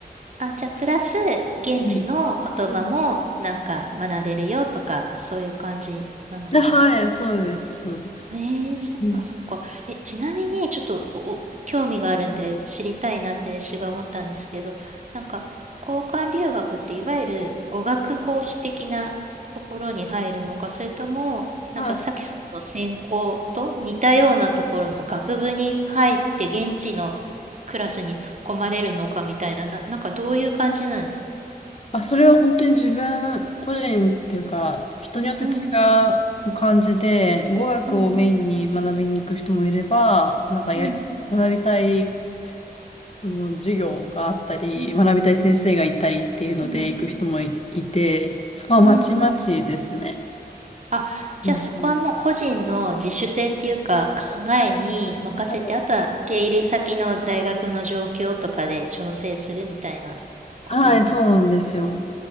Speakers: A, on the right; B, on the left.
A: あ、じゃあ、プラス、現地の言葉も、
B: うん。うん。
A: なんか、学べるよとか、そういう感じなのかな
B: あはい、そうです、そうです。
A: えーそっかそっか。
B: うん。
A: え、ちなみに、ちょっと、お、お興味があるんで、知りたいなって私が思ったんですけど、なんか、交換留学って、いわゆる語学コース的なところに入るのか、それとも、なんか、
B: まあ、
A: さっきの専攻と似たようなところの学部に入って、現地のクラスに突っ込まれるのかみたいな、な、なんかどういう感じなんですか
B: まあ、それは本当に自分個人っていうか、人によって違
A: うん、
B: う感じで、語学をメインに学びに行く人もいれば、
A: うん、うん、
B: なんかや、
A: うん、
B: 学びたいその授業があったり、
A: うん、
B: 学びたい先生がいたりっていうので行く人もいて、
A: うん、
B: そこはまちまちですね。
A: うんうんあ、じゃあそこはもう個人の自主性っていうか考えに任せて、
B: うんうん。なので
A: あとは受け入れ先の大学の状況とかで調整するみたいなことなの。
B: はい、そうなんですよ。